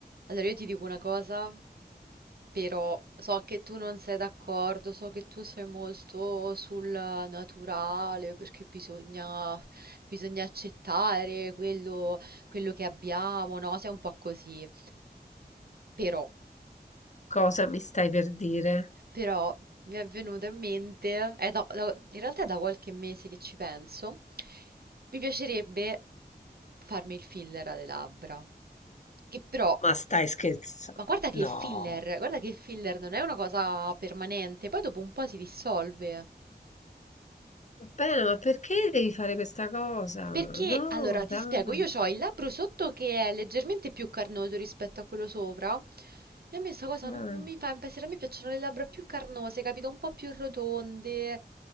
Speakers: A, on the right; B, on the left.
A: Allora, io ti dico una cosa, però so che tu non sei d'accordo, so che tu sei molto sul naturale, perché bisogna, bisogna accettare quello, quello che abbiamo, no? Sei un po' così. Però,
B: Cosa mi stai per dire?
A: però mi è venuto in mente, è da- da- in realtà è da qualche mese che ci penso, mi piacerebbe farmi il filler alle labbra, che però
B: Ma stai scherza
A: Ma guarda che
B: No.
A: il filler, guarda che il filler non è una cosa permanente, poi dopo un po' si dissolve.
B: Vabbè, ma perché devi fare questa cosa?
A: Perché,
B: No,
A: allora,
B: dai,
A: ti spiego, io ho il labbro sotto che è leggermente più carnoso rispetto a quello sopra, e a me sta cosa
B: dai.
A: non, non mi fa impazzire, a me piacciono le labbra più carnose, capito? Un po' più rotonde.